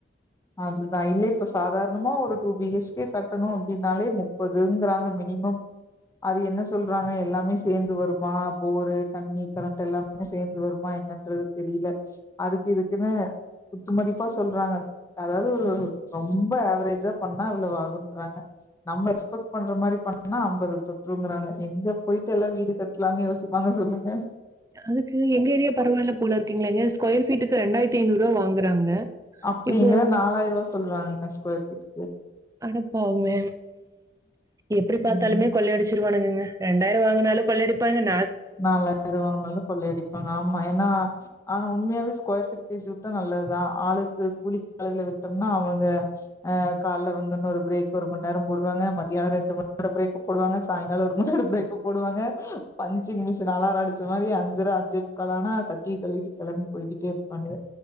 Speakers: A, on the left; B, on the right.
A: அதுதா இல்ல இப்ப சாதார்ணமா ஒரு டூ பிஹெச்கே கட்டணு அப்டின்னாலே முப்பதுங்குறாங்க மினிமம் அது என்ன சொல்றாங்க எல்லாமே சேந்து வருமா போரு தண்ணி கரண்ட் எல்லாமே சேந்து வர்மா என்னன்றது தெரிய்ல அதுக் இதுக்குனு குத்துமதிப்பா சொல்றாங்க அதாது ஒரு ரொம்ப ஆவ்ரேஜா பண்ணா இவ்ளோ ஆகுன்றாங்க நம்ம எக்ஸ்பெக் பண்ற மாரி பண்ணா அம்பது தொற்றுங்குறாங்க எங்க போய் எல்லா வீடு கட்லான் யோசிப்பாங்க சொல்லுங்க
B: அதுக்கு எங் ஏரியா பரவால்ல போலர்க்குங்லேங்க ஸ்கொயர் ஃபீட்டுக்கு ரெண்டாயித்தி ஐநூறுவா வாங்குறாங்க
A: அப்புடி
B: இப்போ
A: இங்கல்லா நாலாயர்வா சொல்றாங்கக ஸ்கொயர் ஃபீட்
B: அடப்பாவுமே எப்டி பாத்தாலுமே
A: ம்
B: கொள்ளையடிச் திருவானுங்கங்க ரெண்டாயிர வாங்குனாலு கொள்ளையடிப்பாங்கன்
A: நாலாயர் வாங்னாலு கொள்ளயடிப்பாங்க ஆமா ஏன்னா ஆனோ உண்ம்யாவே ஸ்கொயர் ஃபீட் பேசி உட்டா நல்லதுதா ஆளுக்கு கூலிக் ஆளுக்ள விட்டம்னா அவுனுக அ கால்ல வந்தொன்ன ஒரு பிரேக் ஒருமன் நேரொ போடுவாங்க மதியா ரெண்டு மண்நேரொ பிரேக்கு போடுவாங்க சாய்கால ஒரு மண்நேர பிரேக் பு போடுவாங்க பஞ் சிங் மிஷன் அலார அடிச்ச மாரி அஞ்சர அஞ்சே முக்கால் ஆன சத்திய கழுவிட்டு கெளம் போய்கிட்டே இருப்பானுக